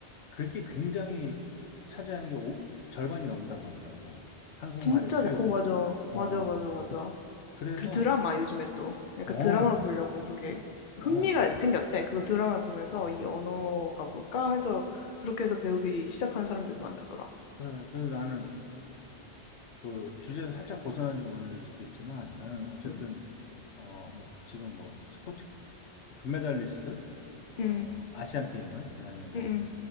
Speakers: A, on the left (about 85°); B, on the left (about 50°).
A: 그게 굉장히 차지하는 게 오- 절반이 넘는다고 하더라고. 한국말의
B: 진짜
A: 수요.
B: 잘- 어 맞아.
A: 어,
B: 맞아,
A: 어.
B: 맞아, 맞아.
A: 그래서,
B: 그리고 드라마 요즘에 또 약간
A: 어,
B: 드라마 보려고 그렇게 흥미가
A: 어.
B: 생겼대. 그거 드라마 보면서
A: 아,
B: 이 언어가 뭘까 해서 그렇게 해서 배우기 시작한 사람들도 많다더라.
A: 그래. 그래서 나는 그 주제를 살짝 벗어난지 모르겠지만, 나는 어쨌든,
B: 음.
A: 어, 뭐, 지금 뭐, 스포츠 뭐 금메달리스트, 어,
B: 음.
A: 아시안 게임은, 그다음에 뭐
B: 음.